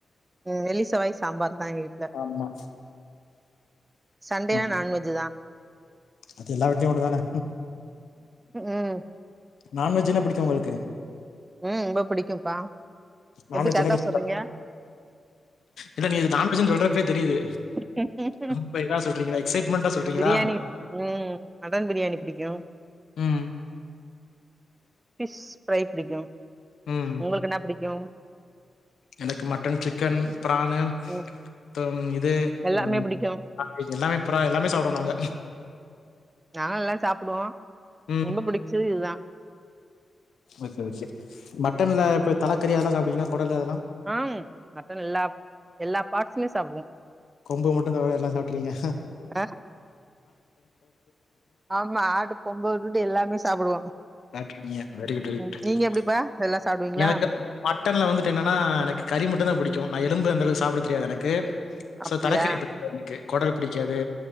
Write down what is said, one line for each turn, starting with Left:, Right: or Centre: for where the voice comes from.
Right: ம் வெள்ளி செவ்வாய் சாம்பார் தா எங்க வீட்ல
Left: ஆமா
Right: சண்டேனா
Left: ஓகே
Right: நான்வெஜ் தா
Left: அது எல்லா வீட்லயு ஒன்னு தானே
Right: ம்
Left: நான்வெஜ் என்ன பிடிக்கு உங்களுக்கு
Right: ம் ரொம்ப புடிக்கும்ப்பா
Left: நான்வெஜ்
Right: எப்டி கரட்டா
Left: என்ன டிஷ்
Right: சொல்றிங்க
Left: இல்ல நீங்க நான்வெஜ் னு சொல்றப்பே தெரியுது
Right: ம்
Left: ரொம்ப இதா சொல்றீங்களா எக்ஸைட்மெண்டா சொல்றீங்களா
Right: பிரியாணி ம் மட்டன் பிரியாணி புடிக் கு
Left: ம்
Right: ஃபிஷ் ஃப்ரை பிடிக்கு
Left: ம்
Right: உங்களுக்கு என்னா பிடிக்கு
Left: எனக்கு மட்டன் சிக்கன் ப்ரானு
Right: ம்
Left: தம் இது
Right: எல்லாமே
Left: உ
Right: பிடிக்கு
Left: எல்லாமே புறா எல்லாமே சாப்டுவோ நாங்க
Right: நா எல்லா சாப்புடுவோ
Left: ம்
Right: ரொம்ப புடிச்சது இதுதா
Left: ஓகே ஓகே மட்டன்ல இப்ப தலக்கறி அதெலா சாப்டுவிங்ளா கொடலு அதெலா
Right: ஆ மட்டன் எல்லா எல்லா பார்ட்ஸுமே சாப்டுவோ
Left: கொம்பு மட்டுந் தவர எல்லா சாப்ட்ருவிங்க
Right: அ ஆமா ஆடு கொம்ப உட்டுட்டு எல்லாமே சாப்டுவோ
Left: சாப்ட்ருவிங்க வெரி குட் வெரி
Right: ம்
Left: குட்
Right: நீங்க எப்டிப்பா எல்லா சாப்டுவீங்களா
Left: எனக்கு மட்டன்ல வந்துட்டு என்னனா எனக்கு கறி மட்டுந்தா பிடிக்கு நா எலும்பு அந்த அளவுக் சாப்ட தெரியாது எனக்கு சோ
Right: அப்டியா
Left: தலக்கறி பிடிக் எனக்கு கொடல் பிடிக்காது